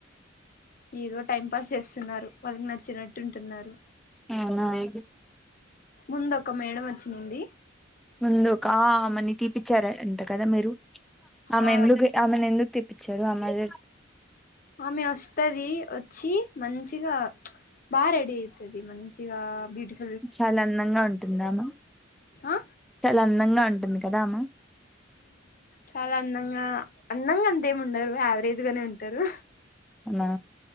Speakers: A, on the left (about 45°); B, in the centre.
A: ఏదో టైం పాస్ చేస్తున్నారు వాళ్ళకి నచ్చినట్టు ఉంటున్నారు
B: ఆవునా ఆ
A: ముందు ఒక మేడం వచ్చి నింది
B: ముందు ఒక ఆమెని తీపిచ్చారు అంట కదా మీరు ఆమె
A: ఆ
B: ఎందుకు ఆమెను ఎందుకు తీప్పిచారు అన్న జె
A: ఆమె వస్తది వచ్చి మంచిగా బాగా రెడి అయితది మంచిగా బ్యూటిఫు
B: చాలా అందంగా ఉంటుందా ఆమె
A: ఆ
B: చాలా అందంగా ఉంటుంది కదా ఆమె
A: చాలా అందంగా అందంగా అంతే ఏమి ఉండరు యావరేజ్ గానే ఉంటరు.
B: ఆ